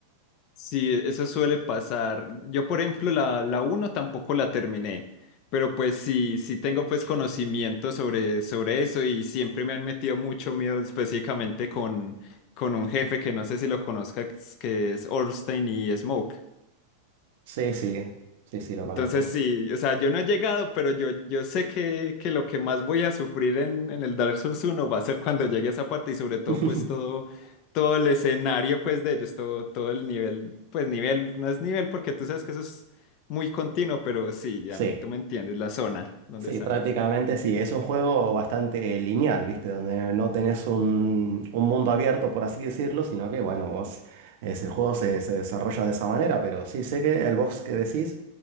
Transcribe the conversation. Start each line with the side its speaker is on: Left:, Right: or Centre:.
Left: Sí, e-, eso suele pasar. Yo, por ejemplo, la, la uno tampoco la terminé, pero pues sí, sí tengo pues conocimiento sobre, sobre eso y siempre me han metido mucho miedo específicamente con, con un jefe que no sé si lo conozcas, que es Orstein y Smoke.
Right: Sí, sí, sí, sí, lo
Left: Entonces
Right: conozco.
Left: sí, o sea, yo no he llegado, pero yo, yo sé que, que lo que más voy a sufrir en, en el Dark Souls uno va a ser cuando llegue a esa parte y sobre
Right: <laughs>
Left: todo pues todo, todo el escenario pues de ellos, todo, todo el nivel, pues nivel, no es nivel porque tú sabes que eso es muy continuo, pero sí, ya
Right: Sí,
Left: tú me entiendes, la zona donde
Right: Sí,
Left: salen.
Right: prácticamente sí, es un juego bastante lineal, ¿viste? Donde no tenés un, un mundo abierto, por así decirlo, sino que, bueno, vos, es, el juego se, se desarrolla de esa manera, pero sí sé que el box que decís,